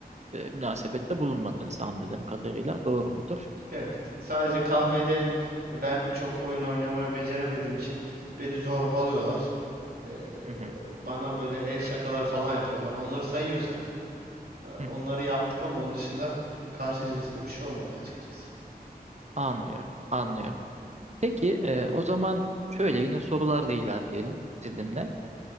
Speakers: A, on the right; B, on the right.
A: eee, münasebette bulunmadınız anladığım kadarıyla doğru mudur?
B: Evet. Sadece kahvede ben çok oyun oynamayı beceremediğim için beni zorbalıyorlar. E,
A: Hı hı,
B: bana böyle el şakaları falan yapıyorlar. Onları sayıyorsak e, onları
A: hı hı.
B: yaptık ama onun dışında karşı cinste bir şey olmadı açıkçası.
A: Anlıyorum, anlıyorum. Peki eee, o zaman şöyle yine sorularla ilerleyelim sizinle.